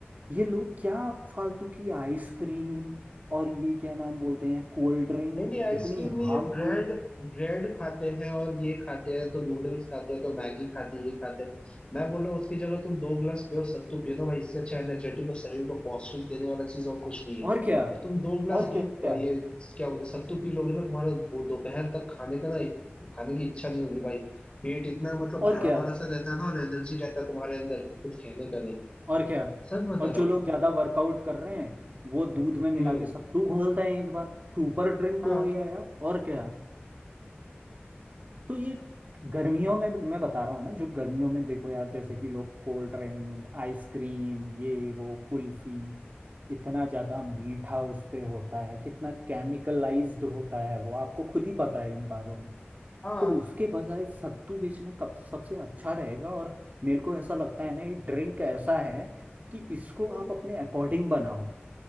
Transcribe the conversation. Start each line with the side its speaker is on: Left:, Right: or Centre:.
Right: ये लोग क्या फालतू की आइसक्रीम और ये क्या नाम बोलते हैं कोल्ड ड्रिंक
Left: नहीं नहीं आइसक्रीम
Right: इतनी
Left: में
Right: हार्मफुल
Left: ये ब्रेड ब्रेड खाते हैं और ये खाते हैं तो नूडल्स खाते हैं तो मैगी खाते हैं ये खाते हैं मैं बोल रहा हूँ उसकी जगह तुम दो गिलास प्योर सत्तू पियो ना भाई इससे अच्छा एनर्जेटिक और शरीर को पौष्टिक देने वाला चीज और कुछ नहीं है
Right: और क्या
Left: और तुम दो गिलास
Right: और
Left: दूध
Right: क्या
Left: अ, ये क्या बोलते हैं सत्तू पी लोगे ना तुम्हारा वो दोपहर तक खाने का ना खाने की इच्छा नहीं होगी भाई पेट इतना मतलब
Right: और
Left: भरा
Right: क्या
Left: भरा सा रहता है ना और एनर्जी रहता है तुम्हारे अंदर कि कुछ कहने का नहीं
Right: और क्या
Left: सच बता
Right: और
Left: रहा
Right: जो
Left: हूँ
Right: लोग ज्यादा वर्कआउट कर रहे हैं वो दूध में मिला
Left: हम्म
Right: के सत्तू घोलते हैं एक बार सुपर ड्रिंक
Left: हाँ
Right: हो गया यार और क्या तो ये गर्मियों में मैं बता रहा हूँ ना जो गर्मियों में देखो यार जैसे कि लोग कोल्ड ड्रिंक आइसक्रीम ये वो कुल्फी इतना ज्यादा मीठा उस पे होता है कितना केमिकलाइज्ड होता है वो आपको खुद ही पता है इन बारों
Left: हाँ
Right: तो उसके बजाय सत्तू बेचना कब सबसे अच्छा रहेगा और मेरे को ऐसा लगता है ना ये ड्रिंक ऐसा है कि इसको
Left: हाँ
Right: आप अपने अकॉर्डिंग बनाओ